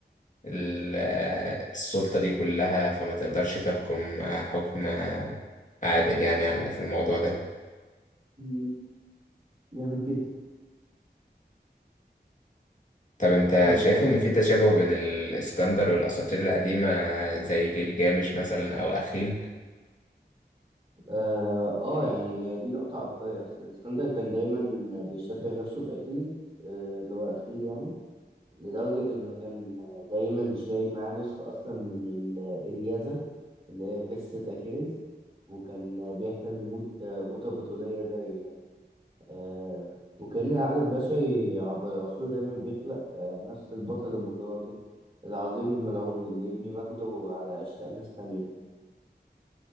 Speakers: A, on the left; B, on the right.
A: ال- آه، السلطة دي كلها فما تقدرش تحكم آه، حكم آه، عادل يعني على- في الموضوع ده
B: مم، جامد جدا
A: طب أنت
B: طب
A: شايف إن في تشابه بين الإسكندر والأساطير القديمة زي جلجامش مثلا أو أخيل؟
B: اه آه، يعني دي نقطة عبقرية أصلا اسكندر كان دايما بيشبه نفسه بأكيليز آه، اللي هو أخيل يعني لدرجة إنه كان دايما شايل معاه نسخة أصلا من الإلياذة اللي هي قصة أكيليز وكان بيحلم يموت آه، موتة بطولية زي يعني آه، وكأن العقل البشري عبر العصور دايما بيخلق آه، نفس البطل المتناقض العظيم الملعون اللي يبني مجده على أشلاء ناس تانية